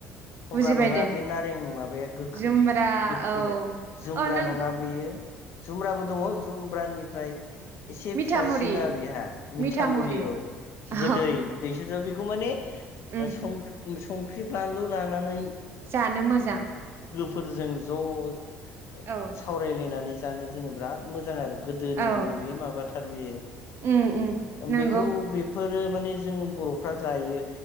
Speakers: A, on the left; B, on the right.
A: खमला
B: बुजिबाय
A: नङा
B: दे
A: बे नारें माबाया गोखै
B: जुमब्रा
A: गोखैया
B: औ
A: जुमब्रा
B: औ नों
A: नङा बैयो जुम्ब्राबो दङ जुमब्रानिफ्राय एसे
B: मिथा
A: फिसासिना
B: मुरि
A: बेहा
B: मिथा
A: मिथामुरि
B: मुरि
A: औ
B: अ
A: गोदै दैसुप सुप बेखौ माने
B: उम
A: ओ सं संख्रि बान्दलु लानानै
B: जानो मोजां
A: फोरजों ज'
B: औ
A: सावरायलायनानै जानो जोङो बिराद मोजां आरो । गोदोनिनो
B: औ
A: बे माबाथार बेयो
B: उम उम नंगौ
A: बेखौ बे फोरो माने जोङो बर'फ्रा जायो।